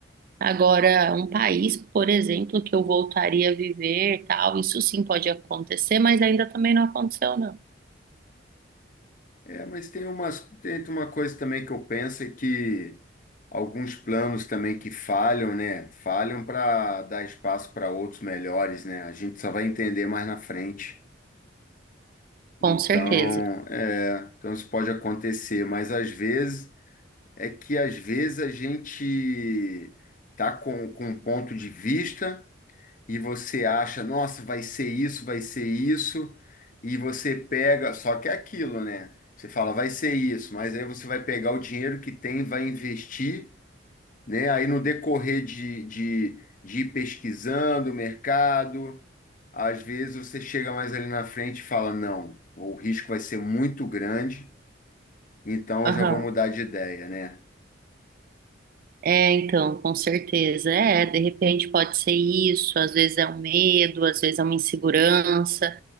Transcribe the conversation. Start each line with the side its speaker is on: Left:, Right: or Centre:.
Right: Agora, um país, por exemplo, que eu voltaria a viver, tal, isso sim pode acontecer, mas ainda também não aconteceu, não.
Left: É, mas tem umas, tem uma coisa também que eu penso é que alguns planos também que falham, né? Falham para dar espaço para outros melhores, né? A gente só vai entender mais na frente. Então,
Right: Com certeza.
Left: é, então isso pode acontecer, mas às vezes é que às vezes a gente tá com, com um ponto de vista e você acha, nossa, vai ser isso, vai ser isso, e você pega, só que é aquilo, né? Você fala, vai ser isso, mas aí você vai pegar o dinheiro que tem, vai investir, né? Aí no decorrer de, de, de ir pesquisando o mercado, às vezes você chega mais ali na frente e fala, não, o risco vai ser muito grande, então
Right: Aham.
Left: eu já vou mudar de ideia, né?
Right: É, então, com certeza. É, de repente pode ser isso, às vezes é um medo, às vezes é uma insegurança,